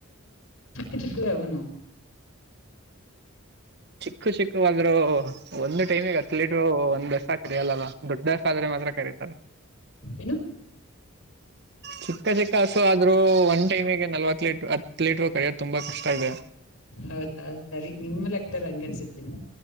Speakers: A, on the left (about 90°); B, on the right (about 50°).
A: ಇದುಕ್ಕೆ ಅವನು
B: ಚಿಕ್ಕು ಚಿಕ್ಕ ಆದಾದ್ರರು ಒಂದು ಟೈಮಿಗೆ ಅಥಲೀಟ್ರು ಒಂದ್ ದಸ ಕರಿಯಲ್ಲಲ್ಲ ದೊಡ್ಡ ದಸ ಆದ್ರೆ ಮಾತ್ರ ಕರೀತಾರೆ
A: ಏನು
B: ಚಕ್ಕ ಚಕ್ಕ ಹಸು ಒನ್ ಟೈಮಿಗೆ ನಲ್ವ ತಾ ಲ ಹತ್ತು ಲೀಟರ್ ಕಡುತ್ತ. ತುಂಬಾ ಕಷ್ಟ ಇದೆ.
A: ಹೌದಾ ಹೌದ ಸರಿ ನಿಮ್ಮ ಲೆಕ್ ದಲ್ಲ ಹಂಗೆ ಅನ್ಸುತ್ತೇನ.